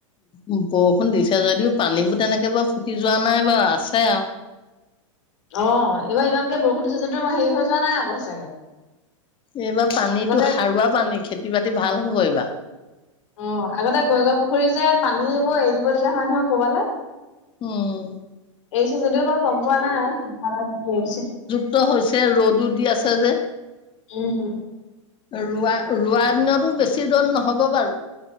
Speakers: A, on the left; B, on the left.
A: উম বৰষুণ দিছে যদিও পানীবোৰ তেনেকে বাৰু ফুটি যোৱা নাই বাৰু আছে আৰু।
B: অ', এইবাৰ ইমানকে বৰষুণ দিছে যদিও, হেৰি হৈ যোৱা নাই আকৌ, সঁচাকে।
A: এইবাৰ পানীতো
B: আগতে
A: সাৰুৱা পানী খেতি বাতি ভাল হ'ব এইবাৰ।
B: অ', আগতে গৈগা পুখুৰী যে পানীবোৰ এৰি দিবলগীয়া হয় নহয় ক'বালে।
A: উম।
B: এৰিছে যদিও এবাৰ গম পোৱা নাই, সিফালে এৰিছে।
A: ত হৈছে ৰ'দো দি আছে যে।
B: উম।
A: ৰোৱা, ৰোৱা দিনতো বেছি ৰদ নহ'ব বাৰু।